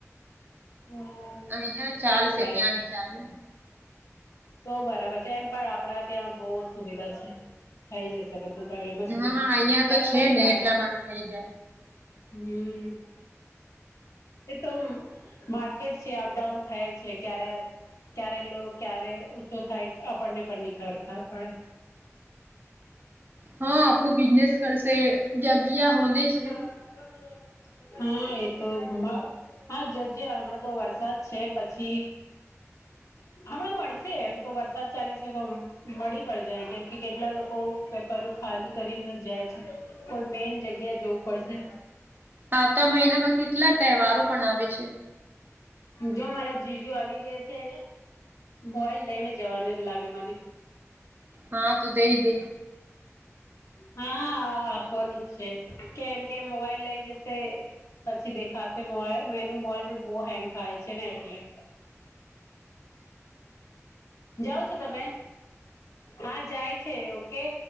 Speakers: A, on the left; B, on the right.
A: હમ હમ
B: અહિયાં ચાલશે
A: એવું કઈ
B: ત્યાં નઈ ચાલે
A: તો બરાબર છે એમ પણ આપડા ત્યાં બહુ સુવિધા છે. થઈ જશે બધું કેવે એમાં સુ
B: હા અહિયાં
A: ક્યાં
B: તો છે
A: પડકારે
B: ને એટલા માટે થઇ જાય
A: હમ્મ એ તો માર્કેટ છે અપડાઉન થાય છે ક્યારે ક્યારે લો ક્યારે ઊંચો થાય આપણને પણ ની ખબર પડે.
B: હા આપણું બિઝનેસ કરશે જગ્યા હોંદે છે.
A: <inaudible> હા એ તો હા <unintelligible> હમણાં તો વરસાદ છે પછી હમણાં મળશે એમ તો વરસાદ ચાલે છે તો મળી પન જાય કેમ કે કેટલા લોકો વેપારીઓ ખાલી કરીને જાય છે કોઈ મેન જગ્યા જવું પડશે
B: આવતા મહિનામાં કેટલા તહેવારો પણ આવે છે.
A: જો મારા જીજુ આવી ગયા છે મોવાાઈલ લઈને જવાને લાગે મને
B: હા તો દઈ દે
A: હા આપવાનું જ છે. કે એમ કેમ મોબાઈલ લઇ જશે પછી દેખાશે મોબાઈલ મેનુ મોબાઈલ પણ બહુ હેંગ થાય છે ને એટલે જાઓ છો તમે હા જાય છે ઓકે